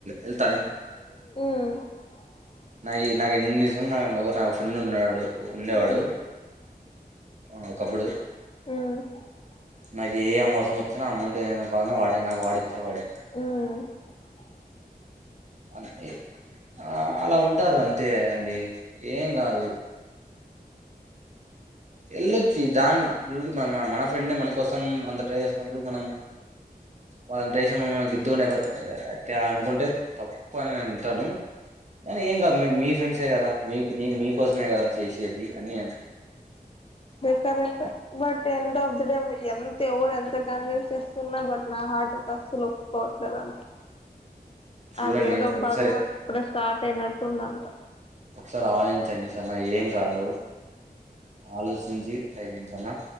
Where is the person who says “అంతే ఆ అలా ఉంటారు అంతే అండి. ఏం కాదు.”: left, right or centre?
Right